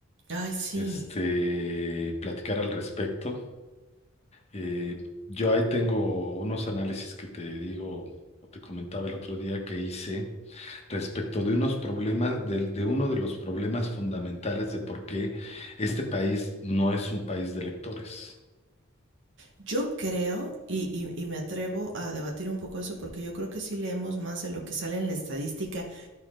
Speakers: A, on the right; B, on the left.
A: Ay, sí.
B: este, platicar al respecto. Eh, yo ahí tengo unos análisis que te digo, o te comentaba el otro día que hice. respecto de unos problemas, de, de uno de los problemas fundamentales de por qué este país no es un país de lectores.
A: Yo creo, y, y- y me atrevo a debatir un poco eso, porque yo creo que sí leemos más de lo que sale en la estadística